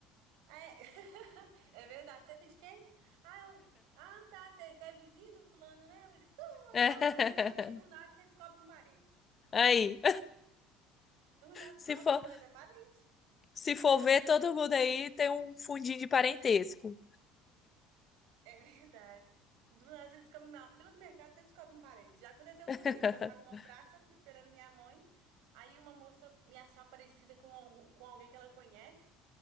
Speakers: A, on the right (about 80°); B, on the left (about 30°).
A: É, <laughs> é verdade. Você é de quem? Ah, eu... ah, tá. Você você é vizinho do fulano, né? Eu falei, Sou,
B: <laughs>
A: tá. Fulano, é minha... Aí do nada você descobre um parente.
B: Aí,
A: Do nada,
B: se
A: nossa,
B: for,
A: nós é parente.
B: se for ver, todo mundo aí tem um fundinho de parentesco.
A: <laughs> É verdade. Do nada você descobre, na fila do mercado, você descobre um parente. Já aconteceu
B: <laughs>
A: comigo, de eu estar numa praça esperando minha mãe, aí uma moça me achar parecida com, algu- com alguém que ela conhece.